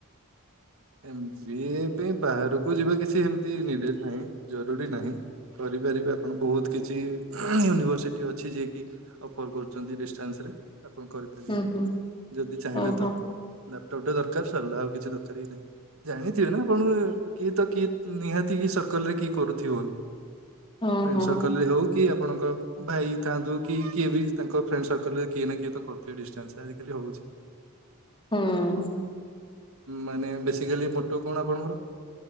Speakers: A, on the right; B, on the left.
A: ଏମବିଏ ପାଇଁ ବାହାରକୁ ଯିବା କିଛି ଏମିତି ନିଡେଡ୍ ନାହିଁ ଜରୁରୀ ନାହିଁ। କରିପାରିବେ ଆପଣ ବହୁତ କିଛି ୟୁନିଭର୍ସି ଟି ଅଛି ଯିଏ କି ଅଫର୍ କରୁଛନ୍ତି ଡିସଟାନ୍ସ ରେ। ଆପଣ କରି ପାରିବେ
B: ହୁଁ ହୁଁ
A: ଯଦି ଚାହିଁଲେ
B: ଓହୋ
A: ତ। ଲାପଟପ୍ ଟା ଦରକାର, ସରିଲା ଆଉ କିଛି ଦରକାର ହି ନାହିଁ। ଜାଣିଥିବେ, ନା ଆପଣ କିଏ ତ କିଏ ନିହାତି କି ସର୍କଲ୍ ରେ କିଏ କରୁଥିବ।
B: ହଁ
A: ଫେଣ୍ଡ
B: ହଁ।
A: ସର୍କଲେ ହଉ କି ଆପଣଙ୍କ ଭାଇ ଥାଆନ୍ତୁ କି କିଏ ବି ତାଙ୍କ ଫ୍ରେଣ୍ଡ ସର୍କଲ୍ ରେ କିଏ ନା କିଏ ତ କରୁଥିବେ ଡିଷ୍ଟାନ୍ସ ଆଜିକାଲି ହଉଛି। <unintelligible>
B: ହଁ।
A: ମାନେ ବେସିକାଲି ମଟୋ କଣ ଆପଣଙ୍କର?